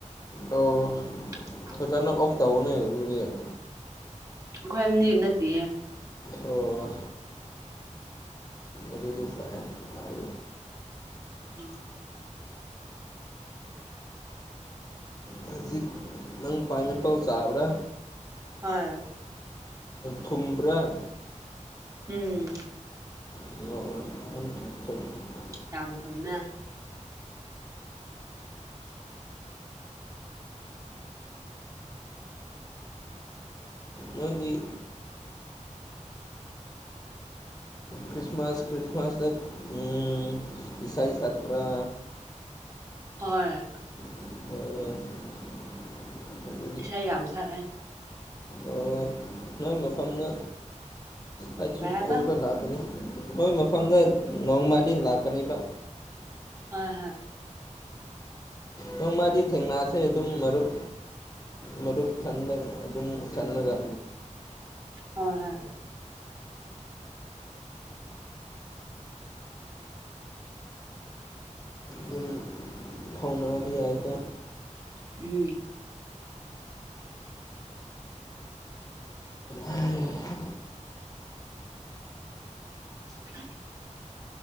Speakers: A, on the left (about 30°); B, on the right (about 25°).
A: ꯑꯣ
B: <unintelligible>
A: ꯐꯖꯥꯅ ꯑꯣꯐ ꯇꯑꯣꯅꯦ <unintelligible>
B: ꯑꯩꯈꫭꯏ ꯑꯅꯤꯒꯤ ꯟꯇꯦ
A: ꯑꯣ ꯑꯗꯨꯗꯤ ꯐꯥꯏꯟ ꯍꯥꯏ
B: ꯎꯝ
A: ꯍꯧꯖꯤꯛ ꯅꯪ ꯄꯤꯅꯦꯥꯞꯞꯂꯦ ꯆꯥꯕ꯭ꯔꯥ
B: ꯍꯣꯏ
A: ꯊꯨꯝꯕ꯭ꯔꯥ
B: ꯎꯝ
A: ꯑꯗꯨꯒ ꯑꯗꯨꯝ ꯑꯗꯨꯨꯝ <unintelligible>
B: ꯌꯥꯝꯝ ꯊꯨꯃꯦ
A: ꯅꯣꯏꯗꯤ ꯈ꯭ꯔꯤꯁꯃꯥꯁ ꯈ꯭ꯔꯤꯁꯃꯥꯁꯗ ꯎꯟ ꯑꯦꯁꯩ ꯁꯛꯄꯔꯥ
B: ꯍꯣꯏ
A: <unintelligible> ꯑꯗꯨ
B: ꯏꯁꯩꯥ ꯌꯥꯝ ꯁꯛꯑꯦ
A: ꯑꯣ ꯅꯣꯏ ꯃꯐꯝꯅ ꯑꯩꯁꯨ
B: ꯀꯩ ꯍꯥꯏꯕ
A: ꯀꯣꯏꯕ ꯂꯥꯛꯀꯅꯤ ꯅꯣꯏ ꯃꯐꯝꯗ ꯅꯣꯡꯃꯗꯤ ꯂꯥꯛꯀꯅꯤꯕ
B: ꯍꯣꯏ ꯍꯣꯏ
A: ꯅꯣꯡꯃꯗꯤ ꯊꯦꯡꯅꯥꯁꯦ ꯑꯗꯨꯝ ꯃꯔꯨꯞ ꯃꯔꯨꯞ ꯈꯟꯕ ꯑꯗꯨꯝ ꯈꯜꯂꯒ
B: ꯍꯣꯏ ꯍꯣꯏ
A: ꯄꯨꯜ ꯐꯧꯅꯥꯕ ꯌꯥꯏꯑꯀꯣ
B: ꯎꯝ
A: ꯑꯍꯥ ꯍꯩꯍꯥ
B: <inaudible>